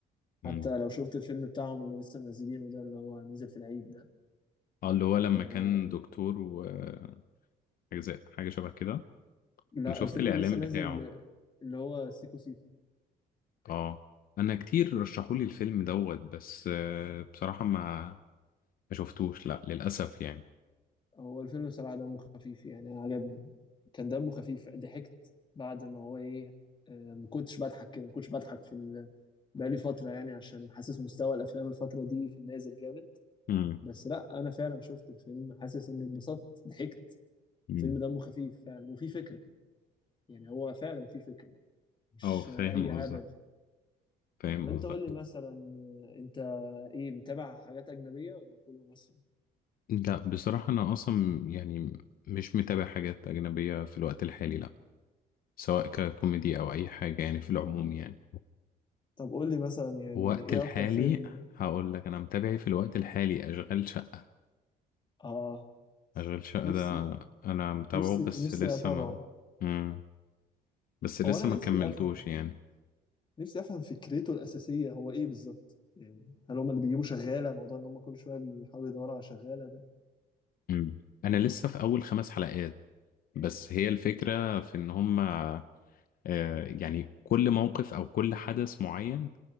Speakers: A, on the left; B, on the left.
A: مم.
B: حتى لو شفت الفيلم بتاعهم اللي لسه منزلينه ده اللي هو نزل في العيد ده
A: اه اللي هو لما
B: آه
A: كان دكتور وحاجة زي حاجة شبه كده
B: لا
A: أنا شفت
B: الفيلم
A: الإعلان
B: اللي لسه نازل
A: بتاعه
B: آه، اللي هو سيكو سيكو
A: اه أنا كتير رشحولي الفيلم دوت بس آه، بصراحة ما ما شفتوش لا للأسف يعني
B: هو الفيلم بصراحة دمه خفيف يعني عجبني كان دمه خفيف ضحكت بعد ما هو ايه آه ما كنتش بضحك كده ما كنتش بضحك في ال... بقالي فترة يعني عشان حاسس مستوى الأفلام الفترة دي في النازل جامد
A: مم.
B: بس لا انا فعلا شفت الفيلم حاسس اني اتبسطت ضحكت
A: مم.
B: الفيلم دمه خفيف فعلا وفي فكره يعني هو فعلا في فكره مش
A: اه فاهم
B: اي هبل
A: قصدك فاهم
B: طب انت
A: قصدك
B: قول لي مثلا انت ايه متابع حاجات اجنبيه ولا كله مصري
A: لا بصراحة أنا أصلا يعني مش متابع حاجات أجنبية في الوقت الحالي لا سواء ككوميدي أو أي حاجة يعني في العموم يعني
B: طب قول لي مثلا يعني
A: الوقت
B: ايه
A: الحالي
B: اكتر فيلم
A: هقول لك أنا متابعي في الوقت الحالي أشغال شقة
B: اه
A: أشغال شقة
B: نفسي
A: ده أنا متابعه
B: نفسي
A: بس
B: نفسي
A: لسه
B: اتابعه
A: ما مم. بس لسه
B: هو انا نفسي
A: ما كملتوش
B: افهم
A: يعني
B: نفسي افهم فكرته الاساسيه هو ايه بالظبط يعني هل هم اللي بيجيبوا شغاله موضوع ان هم كل شويه بيحاولوا يدوروا على شغاله ده
A: مم. أنا لسه في أول خمس حلقات بس هي الفكرة في إن هما آه، يعني كل موقف أو كل حدث معين